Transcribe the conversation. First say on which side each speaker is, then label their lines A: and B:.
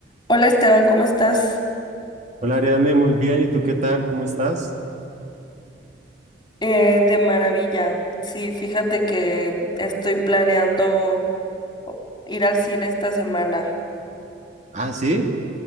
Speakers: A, on the left; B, on the right.
A: Hola Esteban, ¿cómo estás?
B: Hola Ariane, muy bien. ¿Y tú qué tal? ¿Cómo estás?
A: Eh, de maravilla. Sí, fíjate que estoy planeando ir al cine esta semana.
B: Ah, sí.